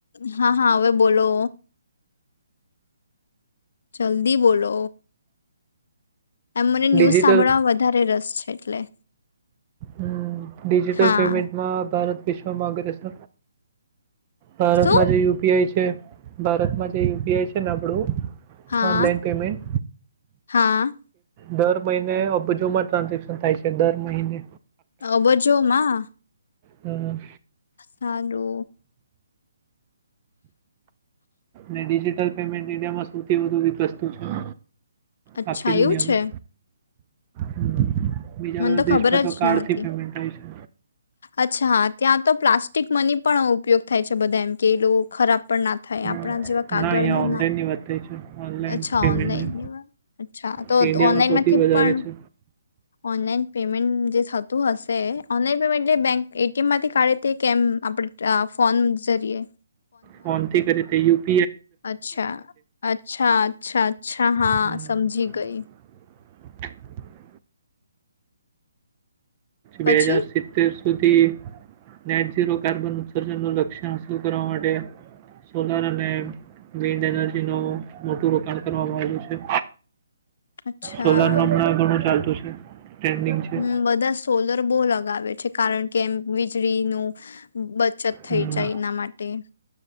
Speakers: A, on the left; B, on the right.
A: હા હા હવે બોલો, જલ્દી બોલો. એમ મને ન્યૂઝ
B: ડિજિટલ
A: સાંભળવામાં વધારે રસ છે એટલે.
B: હમ ડિજિટલ
A: હા
B: પેમેન્ટમાં ભારત વિશ્વમાંગ્રેસ ભારતમાં
A: શું
B: જે યુ પી આઈ છે જે ભારતમાં જે યુ પી આઈ છે ને આપડું
A: હા
B: ઓનલાઈન પેમેન્ટ.
A: હા
B: દર મહિને અબજુમાં ટ્રાન્ઝેક્શન થાય છે દર મહિને.
A: અબજોમાં.
B: હા.
A: હાલો.
B: ને ડીજીટલ િયા સૌથી વધ વસ્તુ છે <unintelligible>
A: અચ્છા
B: આખી દુનિયામાં
A: એવું છે.
B: હમ. બીજા
A: મને
B: બધા
A: તો ખબર
B: દેશમાં
A: જ
B: કાર્ડથી
A: ન હતી
B: પેમેન્ટ થાય છે
A: અચ્છાા ત્યાં તો પ્લાસ્ટિક મની પણ ઉપયોગ થાય છે બધા એમ કે એ લોકો ખરાબ પણ ના થાય આપણા
B: ના
A: જેવા કાગળના
B: અહં ઓનલાઈન
A: ના
B: ની વાત છે. ઓનલાઈન
A: અચ્છા
B: પેમેન્ટની.
A: ઓનલાઈન અ્છા તો
B: તે ઇન્ડિયામાં
A: ઓનલાઈન
B: સૌથી
A: માંથી
B: વધારે
A: પણ
B: છે.
A: ઓનલાન પેમેન્ટ જે થતું હશે ઓનલાન પેમેન્ટંક એટીએમ માંથી કાઢે તે કેમ આપણે ફોન જરીયએ
B: ફોન થી કરી થયું.
A: અચ્છા અચ્છા અચ્છા અચ્છા હા
B: હમ.
A: સમજીી ગઈ
B: <inaudible>
A: પછી
B: બે હજાર સિતત્રીર <unintelligible> સુધી નેટ ઝીરો કાર્બન ઉત્સર્જનનું લક્ષ્ય હાંસલ કરવા માટે સોલાર અને વિન્ડ એનર્જીનું મોટું રોકાણ કરવામાં આવેલ્યું છે.
A: અચ્છા
B: સોલાર નોમ ના ઘણું ચાલતું તો છે. ટ્રેન્ડિંગ છે.
A: હમ બધા સોલર બો લગાવે છે કારણ કે એમ વીજળીનું બ બચત થઈ
B: હમ.
A: જાય એના માટે